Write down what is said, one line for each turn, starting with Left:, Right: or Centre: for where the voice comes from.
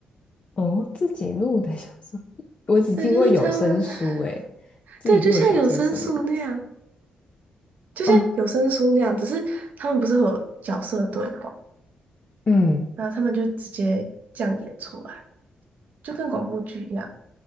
Left: 哦，自己录的小说，<laughs> 我只听过有声书，
Right: 对，就是他们，
Left: 诶，
Right: <laughs>
Left: 自己录的小说是什么意思？
Right: 对，就像有声书那样。就像有声书那样，
Left: 哦，
Right: 只是他们不是会有角色对话，
Left: 嗯，
Right: 然后他们就直接这样演出来，就跟广播剧一样。